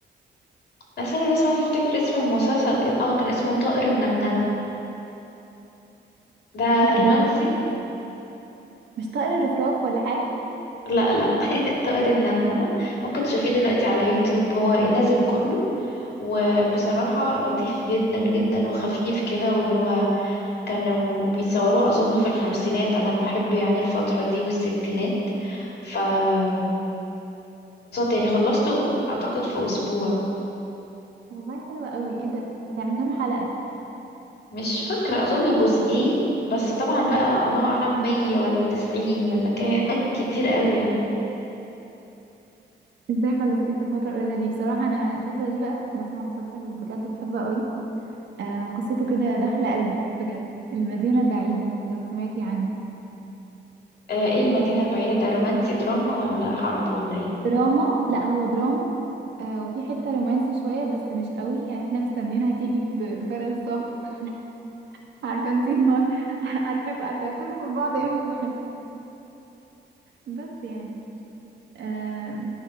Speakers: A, on the left (about 60°); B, on the right (about 70°).
A: بس انا بس عايزة افتكر اسم المسلسل اه كان اسمه طائر النمنمة ده
B: لا
A: رومانسي
B: ده جد- مش طائر الرفراف ولا حاجة
A: لا لا <laughs> طائر النمنمة ممكن تشوفيه دلوقتي على يوتيوب هو نازل كله وبصراحة لطيف جدا جدا وخفيف كده واللي هو كانوا بيتصوروا أظن في الخمسينات أنا بحب يعني الفترة دي والستينات فاتبسطت يعني خلصته أعتقد في أسبوع
B: والله حلوة أوي ايه ده يعني كام حلقة
A: مش فاكرة أظن جزئين بس طبعا بقى الله أعلم مية ولا تسعين ولا كام <laughs> كتير قوي يعني
B: ازاي خلصتيه في الفترة القليلة دي بصراحة أنا الفترة دي بقى بسمع مسلسل بجد بحبه أوي آه وقصته كده داخلة قلبي بجد المدينة البعيدة لو سمعتي عنه
A: آه، ايه المدينة البعيدة ده رومانسي دراما ولا حرب ولا ايه
B: دراما لا هو دراما آه وفي حتة رومانسي شوية بس مش قوي يعني احنا مستنيين هتيجي ب- بفارغ الصبر <laughs> عارفة انتي اللي هو <laughs> هتحب هتعترفوا لبعض امتى <laughs> بس يعني آه